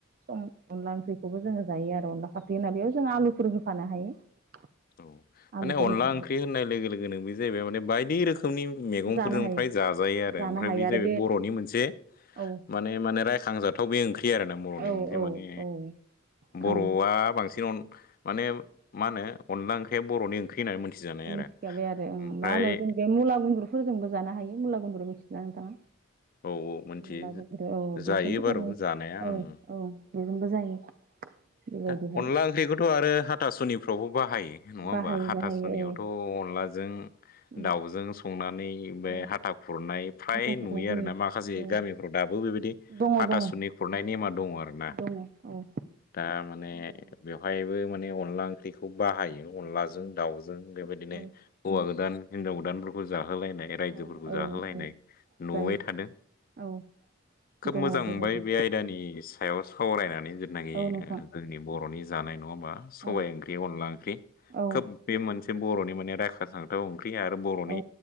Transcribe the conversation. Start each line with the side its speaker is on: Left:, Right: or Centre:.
Right: अनला ओंख्रिखौबो जोङो जायो आरो अनला फाख्रि होनना बेयाव जों आलुफोर होफानो हायो।
Left: औ माने
Right: आलुफोर
Left: अनला
Right: होफानानै
Left: ओंख्रि होननाय लोगो लोगोनो बे जाहैबाय माने बायदि रोखो खोमनि मैगंफोरजों
Right: जानो हायो
Left: फ्राय जाजायो आरो
Right: जानो
Left: ओमफ्राय
Right: हायो
Left: बे जाहैबाय
Right: आरो
Left: बर'नि मोनसे
Right: औ
Left: माने माने रायखांजाथाव बे ओं ख्रि आरो ना बर'नि
Right: औ
Left: मोनसेे
Right: औ
Left: माने
Right: औ
Left: बर'आ
Right: ओं
Left: बांसिन माने मा होनो अनला ओंख्रिया बर'नि ओंख्रि होननानै मोनथिजानाय
Right: मिथिखाबाय
Left: आरो
Right: आरो ओं
Left: ओमफ्राय
Right: मा होनो जों बे मुला गुन्द्रुफोरजोंबो जानो हायो मुला गुन्द्रु मिथिना नोंथाङा?
Left: औ मोनथियो
Right: मुला गुन्द्रु औ
Left: जायो
Right: बेजों जों
Left: बारु जानाया
Right: औ
Left: ओं
Right: औ बेजोंबो जायो। बेबायदिहाय
Left: दा अनला ओंख्रिखौथ' आरो हाथासुनिफ्रावबो बाहायो। नङा होमबा
Right: बाहायो
Left: हाथास'नियावथ'
Right: बाहायो औ
Left: अनलाजों
Right: उम
Left: दाउजों संनानै बे
Right: औ
Left: हाथा खुरनाय फ्राय
Right: हाथा खुरनाय
Left: नुयो
Right: जायो
Left: आरोना माखासे
Right: औ
Left: गामिफ्राव दाबो बेबायदि
Right: दङ
Left: हाथासुनि
Right: दङ
Left: खुरनाय नेमा दङ आरो ना।
Right: दङ औ
Left: दा माने
Right: दङ
Left: बेवहायबो माने अनला ओंख्रिखौ बाहायो। अनलाजों
Right: औ
Left: दाउजों बेबायदिनो
Right: औ
Left: हौवा गोदान हिनजाव गोदानफोरखौ जाहोलायनाय रायजोफोरखौ
Right: औ
Left: जाहोलायनाय
Right: औ
Left: नुबाय
Right: जायो
Left: थादों
Right: औ
Left: खोब
Right: दङ
Left: मोजां
Right: बेबायदि
Left: मोनबाय बे आय दानि सायाव सावरायनानै जेनाखि
Right: औ नोंथां
Left: जोंनि बर'नि जानाय नङा होमबा सबायाइ
Right: औ
Left: ओंख्रि अनला ओंख्रि
Right: औ
Left: खोब बे मोनसे बर'नि माने रायाखां जाथाव ओंख्रि आरो बर'नि
Right: औ